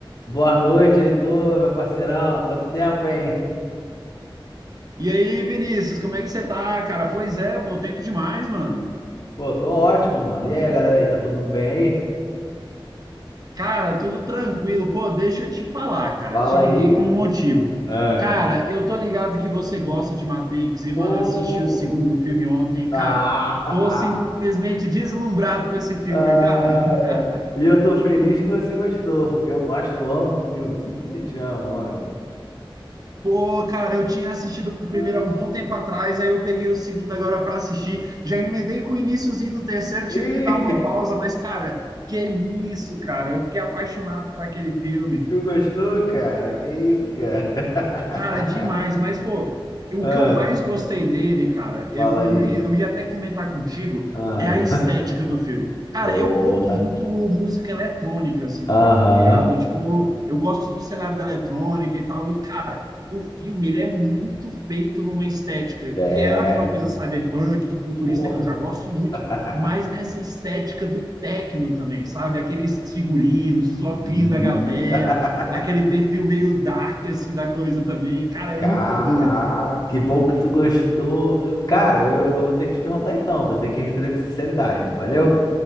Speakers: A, on the left; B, on the right.
A: Boa noite, Heitor, meu parceirão. Quanto tempo, hein?
B: E aí, Vinícius, como é que você tá, cara? Pois é, pô, tempo demais, mano.
A: Pô, tô ótimo, mano. E aí, galera aí, tá todo mundo bem aí?
B: Cara, tudo tranquilo. Pô, deixa eu te falar, cara.
A: Fala
B: Te liguei
A: aí.
B: por um motivo.
A: Ah.
B: Cara, eu tô ligado que você gosta de Matrix e, mano,
A: Pô.
B: assisti o segundo filme ontem.
A: Ah.
B: Cara,
A: <laughs>
B: tô simplesmente deslumbrado com esse filme,
A: Ah.
B: cara. <laughs>
A: E eu tô feliz que você gostou, porque eu gosto, eu amo o filme, eu simplesmente amo, mano.
B: Pô, cara, eu tinha assistido o primeiro
A: Ah.
B: há um bom tempo atrás, aí eu peguei o segundo agora para assistir. Já emendei com o iníciozinho do terceiro,
A: Ih,
B: tive que dar uma pausa, mas, cara, que isso, cara? Eu fiquei apaixonado por aquele filme.
A: <laughs> tu gostou, cara? Que isso, cara? <laughs>
B: Cara, é demais, mas pô, o
A: Ah.
B: que eu mais gostei nele, cara, eu,
A: Fala
B: eu,
A: aí.
B: eu ia até comentar contigo,
A: Ah.
B: é a estética do filme. Cara,
A: <laughs> Porra.
B: eu curto muito música eletrônica, assim,
A: Aham.
B: também, tá ligado? Tipo, eu, eu gosto do cenário da eletrônica e tal, e, cara, o filme, ele é muito feito numa estética,
A: É.
B: que é aquela coisa cyberpunk, futurista,
A: Porra.
B: que eu já gosto muito,
A: <laughs>
B: mas nessa estética do techno também, sabe? Aqueles figurinos, os óculos
A: Isso.
B: da galera,
A: <laughs>
B: aquele perfil meio dark, assim, da coisa também. Cara,
A: Caraca,
B: é muito doido.
A: que bom que tu gostou. Cara, eu, eu vou ter que te perguntar então, vou ter que responder com sinceridade, valeu?